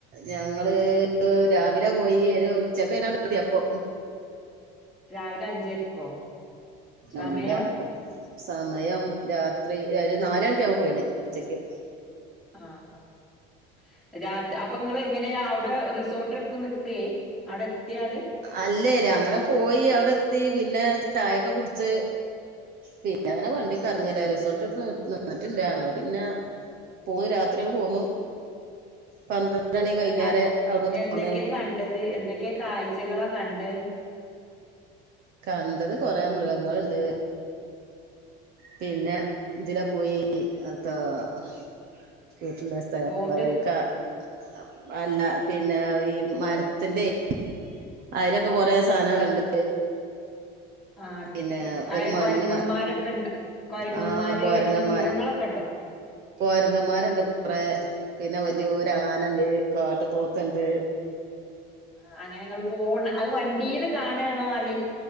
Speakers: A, on the right; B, in the centre.
A: ഞങ്ങള് രാവിലെ പോയി ഒരു ഉച്ചക്കെ ഏതാണ്ട്‌ എത്തി അപ്പൊ
B: രാവിലെ അഞ്ചരക്കോ സമയം
A: അല്ല സമയം രാത്രി ഒരു നാല് മണിയൊക്കെ ആയപ്പോ പോയിന് ഉച്ചക്ക്
B: ആഹ് ആഹ് രാത്രി അപ്പൊ നിങ്ങള് എങ്ങനെയാ അവിടെ റിസോർട്ട് എടുത്ത് നിക്കയേ അവിടെ എത്തിയ പാട്
A: അല്ലേര് അങ്ങനെ പോയി അവിടെ എത്തി പിന്നെ ചായൊക്കെ കുടിച്ച് പിന്നെ അങ്ങനെ വണ്ടീൽ കറങ്ങലാ റിസോർട്ട് എടുത്ത് നിന്നിട്ടില്ല ഞങ്ങള് പിന്നെ പോന്നു രാത്രിയങ്ങട് പോന്നു പന്ത്രണ്ട് മണി കഴിഞ്ഞാരെ
B: ന്നട്ട്
A: അവിടുന്ന്
B: എന്തൊക്കെയാ
A: പോന്നെ
B: കണ്ടത് എന്തക്കെയാ കാഴ്ചകളാ കണ്ടെ
A: കണ്ടത് കൊറേ മൃഗങ്ങളുണ്ട് പിന്നെ ഇതിലേ പോയി അത് <unintelligible> <unintelligible>
B: ബോട്ട്
A: അല്ല പിന്നെ ഈ മരത്തിന്റെയെ അതിനൊക്കെ കൊറേ സാധനങ്ങളുണ്ട്
B: ആഹ്
A: പിന്നെ
B: ആ
A: ഒരു മഞ്ഞമാൻ
B: കൊരങ്ങന്മാരൊക്കെ ഉണ്ട് കൊരങ്ങന്മാര്
A: ആഹ് കൊരങ്ങന്മാർ
B: അങ്ങനെ മൃഗങ്ങളൊക്കെ ഉണ്ടോ
A: കൊരങ്ങന്മാരുണ്ട് കൊറേ പിന്നെ വലിയ ഒരു ആനണ്ട് കാട്ട് പോത്തൊണ്ട്
B: ആഹ് അങ്ങനെ നിങ്ങൾ പോണം അത് വണ്ടീന്ന് കാണുവാണോ അല്ലെ